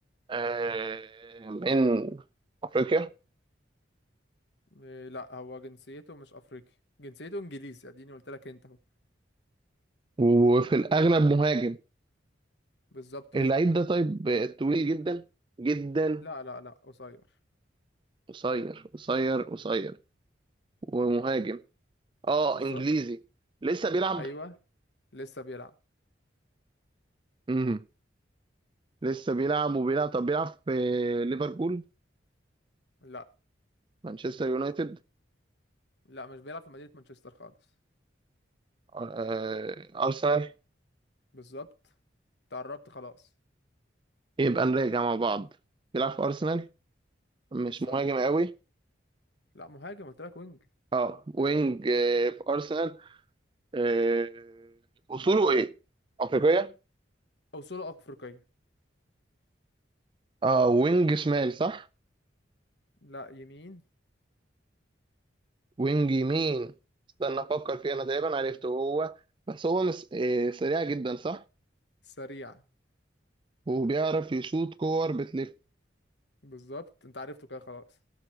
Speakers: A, on the right; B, on the left.
A: آه، من أفريقيا
B: إيه لا هو جنسيته مش افريقي جنسيته انجليزي اديني قلت لك انت اهو
A: وفي الأغلب مهاجم
B: بالظبط
A: اللعيب
B: وينج
A: ده طيب آه، طويل جدا جدا
B: لا لا لا قصير
A: قصير قصير قصير ومهاجم اه
B: بالظبط
A: انجليزي لسه بيلعب
B: ايوه لسه بيلعب
A: امم لسه بيلعب وبيلعب طب بيلعب في ليفربول
B: لا
A: مانشستر يونايتد
B: لا مش بيلعب في مدينة مانشستر خالص
A: آه، آه، ارسنال
B: بالظبط تقربت خلاص
A: يبقى نراجع مع بعض بيلعب في ارسنال مش
B: بالظبط
A: مهاجم قوي
B: لا مهاجم قلت لك وينج
A: اه وينج آه، في ارسنال آه، اصوله ايه افريقيه
B: اصوله افريقية
A: اه وينج شمال صح
B: لا يمين
A: وينج يمين استنى افكر فيه انا تقريبا عرفته هو بس هو مس... آه، سريع جدا صح
B: سريع
A: وبيعرف يشوط كور بتلف
B: بالظبط انت عرفته كده خلاص